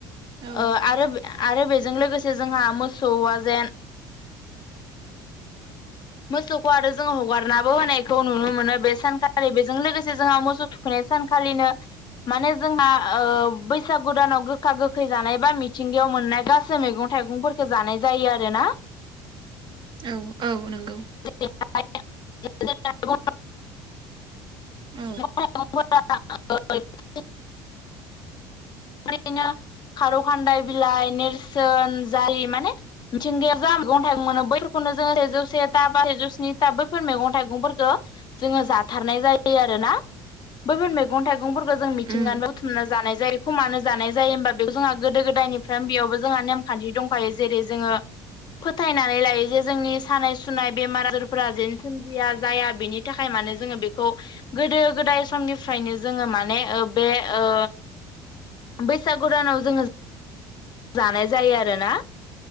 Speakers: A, on the right; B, on the left.
A: औ
B: ओ आरो आरो बेजों लोगोसे जोंहा मोसौआ जेन
A: <inaudible>
B: मोसौखौ आरो जोङो हगारनाबो होनायखौ नुनो मोनो बे सानखालि बेजों लोगोसे जोंहा मोसौ थु थुखैनाय सानखालिनो माने जोंहा ओ बैसागु दानाव गोखा गोखै जानाय बा मिथिंगायाव मोननाय गासै गासै मैगं थाइगंफोरखौ जानाय जायो आरो ना
A: औ औ नंगौ
B: <unintelligible>
A: औ
B: <unintelligible> खारौ खान्दाय बिलाइ नेरसोन जारि माने मिथिंगाया जा मैगं थाइगं मोनो बैफोरखौनो जोङो सेजौ से था बा सेजौ स्नि था बैफोर मैगं थाइगंफोरखौ जोङो जाथारनाय जायो आरो ना बैफोर मैगं थाइगंफोरखौ जों मिथिंगानि
A: उम
B: बुथुमनानै जानाय जायो खौ मानो जानाय जायो होमबा बेयाव जोंहा गोदो गोदायनिफ्राय बेयावबो जोंहा नेमखान्थि दंखायो जेरै जोङो फोथायनानै लायो जे जोंनि सानाय सुनाय बेमार आजारफोरा जेने सोमजिया जाया बेनि नि थाखाय मानोे जोङो बेखौ गोदो गोदाय समनिफ्रायनो जोङो माने ओ बे ओ बैसागुदानाव जोङो जानाय जायो आरोना